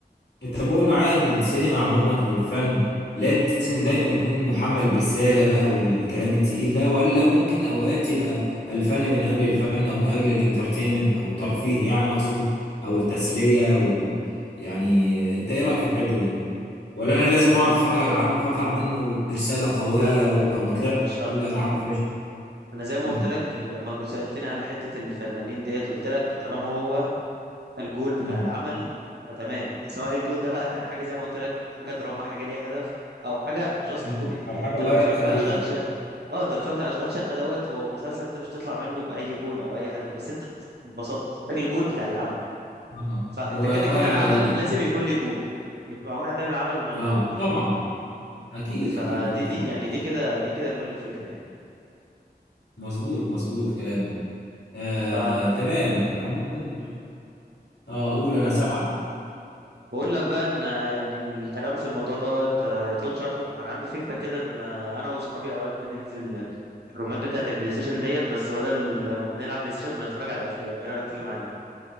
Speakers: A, on the left (about 85°); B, on the right (about 75°).
A: أنت مؤمن معايا إن السينما عموما أو الفن لازم دايما يكون محمل برسالة بقى والكلام التقيل ده ولا ممكن أوقات يبقى الفن من أجل الفن أو من أجل الانترتينمنت أو الترفيه يعني أقصد أو التسلية وال يعني أنت إيه رأيك في الحتة دي؟ ولا أنا لازم
B: لا انا
A: أقعد
B: م...
A: أتفرج على عمل فأطلع منه برسالة قوية
B: لا لا
A: ولو
B: لا
A: ما طلعش
B: لا مش شرط
A: أقول لا ده عمل فاشل؟
B: انا زي ما
A: مم.
B: قلت لك لما كنت سالتني على حته الفنانين ديت قلت لك طالما هو الجول بتاع
A: امم
B: العمل فتمام سواء الجول ده بقى كان حاجه زي ما قلت لك حاجه دراما حاجه ليها هدف او حاجه جاست
A: مم.
B: كوميدي
A: او
B: يعني
A: حاجه
B: انت
A: لايت
B: لو اتفرجت
A: خفيفه
B: على اشغال شقه اه انت لو اتفرجت على اشغال شقه دوت هو مسلسل انت مش هتطلع منه باي جول او اي هدف بس انت اتبسطت ده الجول بتاع العمل
A: اه
B: فانت
A: هو
B: كده
A: اه
B: كده
A: يعني
B: العمل
A: ال... ال-
B: لازم يكون ليه جول مش معقول هتعمل عمل من غير
A: اه آه.
B: جول
A: طبعا اكيد
B: فدي
A: اكيد اه طبعا
B: دي يعني دي كده دي كده كل الفكره يعني
A: مظبوط مظبوط كلامك آه
B: ف
A: تمام عموما اه قول انا سامعك
B: بقول لك بقى ان يعني الكلام في الموضوع دوت يطول شرحه انا عندي فكره كده ان انا واصحابي اوقات بننزل الرومات بتاعه البلاي ستيشن ديت بس بدل ما بنلعب بلاي ستيشن بنتفرج على افلام ايه رايك تيجي معانا